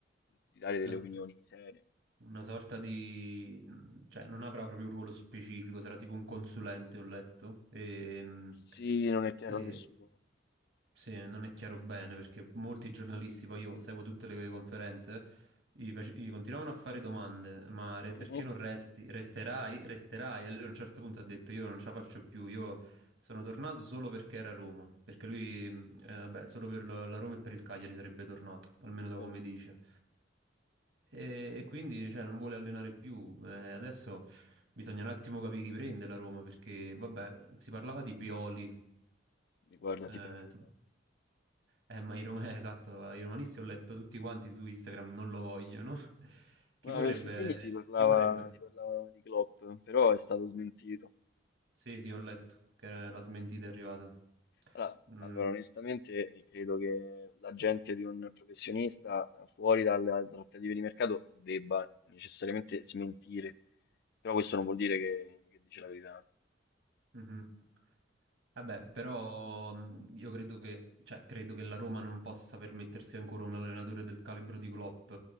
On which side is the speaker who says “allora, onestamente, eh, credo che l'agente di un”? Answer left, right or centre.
Left